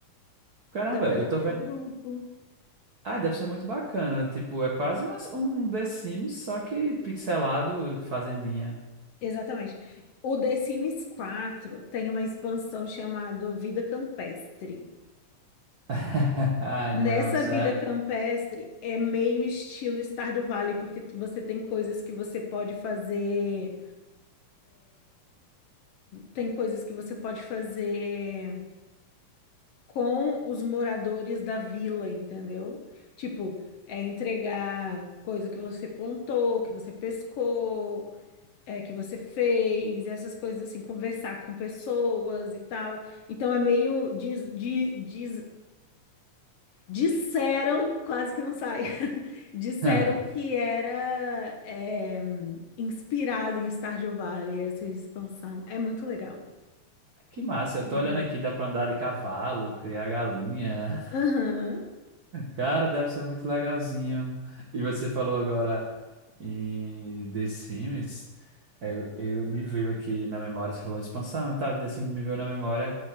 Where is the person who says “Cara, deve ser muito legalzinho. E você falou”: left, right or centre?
Right